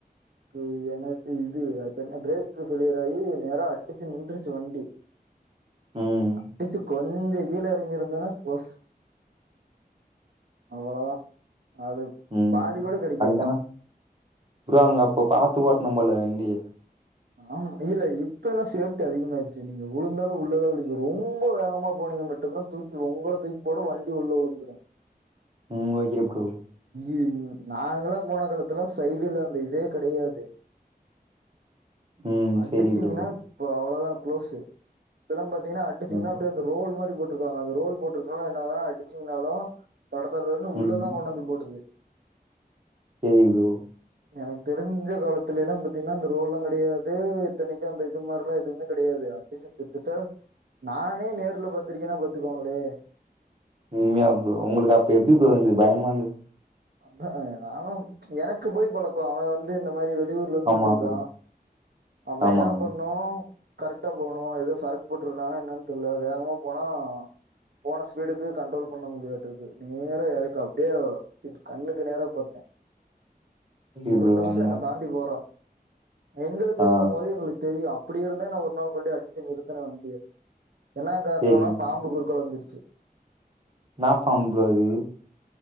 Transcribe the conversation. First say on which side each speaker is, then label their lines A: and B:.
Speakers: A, on the right; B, on the right.
A: க்கு எனக் இது அது பேர்னா பிரேக்கு ஃபெயிலியர் ஆயி நேரா அடிச்சு நின்ருச்சி வண்டி
B: <unintelligible> ம்.
A: அடிச்சி கொஞ்சோ கீழ எறங்கிருந்தேன்னா க்ளோசு அவ்ளதா அது
B: ம்
A: பாடி கூட கிடைக்காது
B: அங்கனா ப்ரோ அங்க அப்போ பாத்து ஓட்னோ போல வண்டிய
A: ஆமா இல்ல இப்பல்லா சேஃப்டி அதிகமாயிருச்சு நீங்க உழுந்தாலு உள்ளதா உழுவிங்க நீங்க ரொம்ப வேகமா போனீங்க மட் ட்டு தா தூக்கி உங்கள தூக்கி போடு வண்டி உள்ள உழுந்துடு
B: ம் ஓகே ப்ரோ
A: இ நாங்கல்லா போன காலத்துல்லா சைடுல அந்த இதே கடையாது
B: ம்.
A: அடிச்சீங்னா
B: சரி ப்ரோ.
A: இப்ப அவ்ளோதா குளோசு இப்பல்லா பாத்தீங்கன்னா அடிச்சீங்னா
B: ம்.
A: அப்டியே அந்த ரோல் மாரி போட்ருக்காங்க அந்த ரோல் போட்ருக்கவோ என்னாதா அடிச்சிங்கனாலு தடத் தற தறன்னு உள்ளதா
B: ம்.
A: கொண்டாந் து போட்டுது
B: சேரி ப்ரோ
A: எனக்கு தெரிஞ்ச காலத்துலேல்லா பாத்தீங்கன்னா அந்த ரோல்லா கெடையாது இத்தனைக்கு அந்த இது மாரிலா எதுவுமே கெடையாது அடிச்சி திட்திட்ட நானே நேர்ல பாத்திருக்கேன்னா பாத்துக்கோங்ளே
B: உண்மையா ப்ரோ உங்களுக்கு அப்போ எப்டி ப்ரோ இருந்து பயமா இருந்ததா
A: அதா நால்லா எனக்கு போய் பழக்கோ ஆனா வந்து இந்த மாரி வெ வெளிவூர்லருந்து
B: ஆமா
A: வந்திருக்கோ
B: ப்ரோ.
A: அப்போ
B: ஆமா,
A: என்னா
B: ஆமா.
A: பண்ணோ கரெக்டா போணோ ஏதோ சரக் போட்டிருக்கானான்னு என்னான் தெர்ல வேகமா போனா போன ஸ்பீடுக்கு கண்ட்ரோல் பண்ண முடியாட்டு இருக்கு நேரா எறக்கு அப்டியே அ கண்ணுக்கு நேர பாத்தே
B: சரி
A: ஒரு
B: ப்ரோ
A: நிமிஷோ
B: அங்க
A: என்ன தாண்டி போறா எங்களுக்குங்க
B: ஆ.
A: போது எங்களுக்கு தெரியு அப்டி இருந்தோ நா ஒரு நாள் கொண்டு அடிச்சு நிறுத்தன வண்டிய என்ன காரணோனா
B: சரி ப்ரோ.
A: பாம்பு குருக்கால வந்துருச்சு
B: என்னா பாம்பு ப்ரோ அது